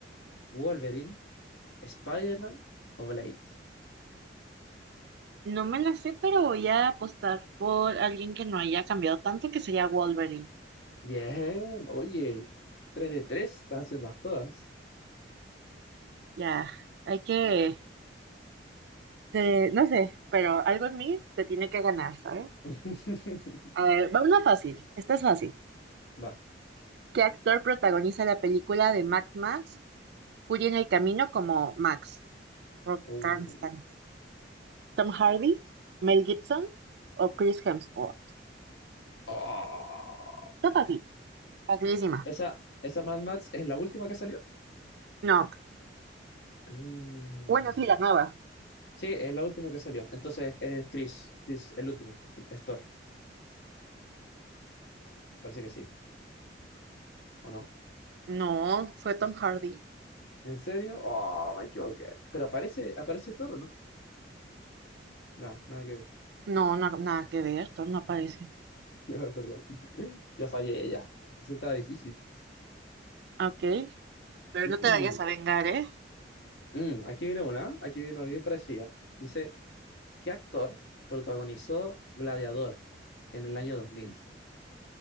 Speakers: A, on the left; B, on the right.
A: Wolverine, Spider-Man o Blade.
B: No me la sé, pero voy a apostar por alguien que no haya cambiado tanto, que sería Wolverine.
A: Bien, oye, 3 de 3, estás haciendo todas.
B: Ya, hay que, te- no sé, pero algo en mí te tiene que ganar, ¿sabes?
A: <laughs>
B: A ver, va una fácil, esta es fácil.
A: Va,
B: ¿Qué actor protagoniza la película de Mad Max, Furia en el Camino como Max? Rob
A: Uh,
B: Karnstein. ¿Tom Hardy, Mel Gibson o Chris Hemsworth?
A: ah.
B: Está fácil, facilísima.
A: Esa, esa Mad Max es la última que salió.
B: No,
A: Mm,
B: bueno, sí, la nueva.
A: Sí, es la última que salió. Entonces es Chris, Chris, el último, es Thor. Parece que sí, ¿o no?
B: No, fue Tom Hardy.
A: ¿En serio? Oh, me equivoqué. Pero aparece, aparece Thor, ¿o no? Nada, nada que ver.
B: No, no, nada que ver, Tom no aparece.
A: <laughs> Perdón. <laughs> Ya fallé, ya. Eso estaba difícil.
B: Ok. Pero
A: <clears throat>
B: no te vayas a vengar, ¿eh?
A: Mm, aquí viene una, aquí viene una bien parecida. Dice, ¿qué actor protagonizó Gladiador en el año dos mil